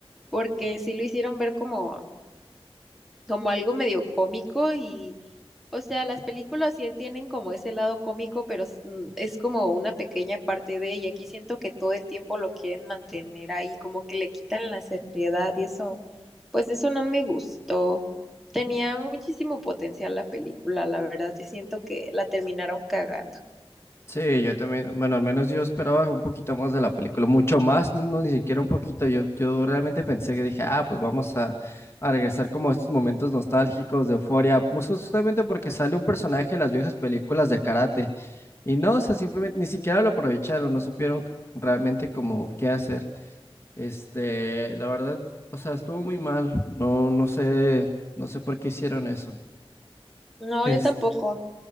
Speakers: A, in the centre; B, on the left.
A: porque sí lo hicieron ver como como algo medio cómico y, o sea, las películas sí tienen como ese lado cómico, pero es mm, es como una pequeña parte de ella. Aquí siento que todo el tiempo lo quieren mantener ahí, como que le quitan la seriedad y eso, pues eso no me gustó. Tenía muchísimo potencial la película, la verdad, yo siento que la terminaron cagando.
B: Sí, yo también, bueno, al menos yo esperaba un poquito más de la película, mucho más, no, no, ni siquiera un poquito, yo, yo realmente pensé que dije, ah, pues vamos a, a regresar como a estos momentos nostálgicos de euforia, pues justamente porque sale un personaje de las viejas películas de karate, y no, o sea, simplemente, ni siquiera lo aprovecharon, no supieron c- realmente como qué hacer, este, la verdad, o sea, estuvo muy mal, no, no sé, no sé por qué hicieron eso,
A: No,
B: este,
A: yo tampoco.